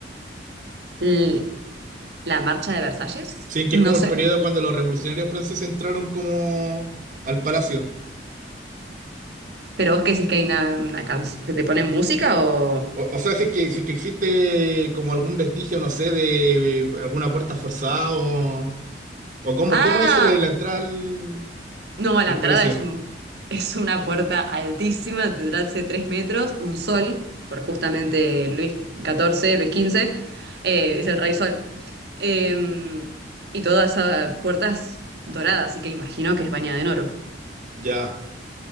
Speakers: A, on the right; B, on the right.
A: L- la marcha de Versalles,
B: Sí, que
A: no
B: es como el
A: sé.
B: periodo cuando los revolucionarios franceses entraron como al palacio.
A: Pero vos qué decís que hay una, una canción que te ponen música o...
B: O, o sea, si es que, si es que existe como algún vestigio, no sé, de eh, alguna puerta forzada o, o cómo,
A: Ah,
B: cómo es la, la entrada al,
A: no, a la
B: al
A: entrada
B: palacio.
A: es un, es una puerta altísima, tendrá hace tres metros, un sol, por justamente Luis XIV, Luis XV, eh, es el rey sol. Eh, y todas esas puertas doradas, así que imagino que es bañada en oro.
B: Ya,